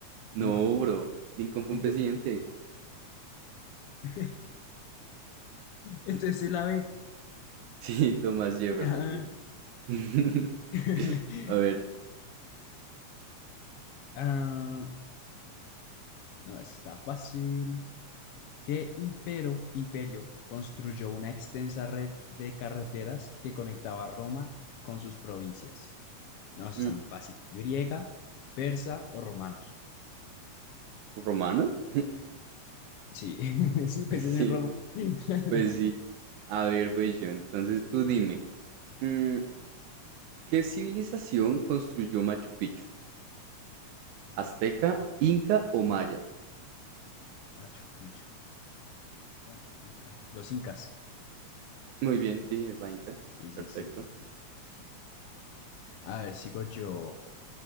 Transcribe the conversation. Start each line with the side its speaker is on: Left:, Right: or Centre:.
Right: No,
Left: Lincoln.
Right: bro, Lincoln fue
Left: Ento-
Right: un presidente. <laughs>
Left: <laughs> Entonces es la B.
Right: Sí, Thomas Jefferson,
Left: Ah.
Right: bien, bien. <laughs>
Left: <laughs>
Right: A ver,
Left: Ah, no, eso está fácil. ¿Qué impero, imperio construyó una extensa red de carreteras que conectaba Roma con sus provincias? No, eso
Right: mm,
Left: está muy fácil. Griega, persa o romanos.
Right: ¿romanos? <laughs>
Left: Sí, <laughs> sí, pues
Right: Pues sí,
Left: es en Roma.
Right: ¿no?
Left: <laughs>
Right: pues sí. A ver, voy yo. Entonces tú dime, mm, ¿qué civilización construyó Machu Picchu? Azteca,
Left: Ok,
Right: Inca o Maya.
Left: Machu Picchu, Ca- Inca. Los incas.
Right: Muy bien, sí, es la Inca.
Left: Sí, sí,
Right: Perfecto.
Left: sí, sí, sí. A ver, sigo yo.